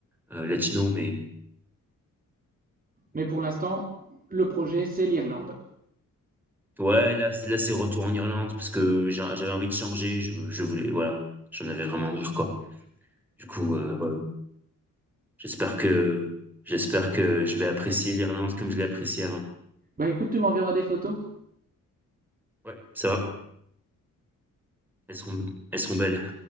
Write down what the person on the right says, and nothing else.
Mais pour l'instant, le projet, c'est l'Irlande.
Bah écoute, tu m'enverras des photos.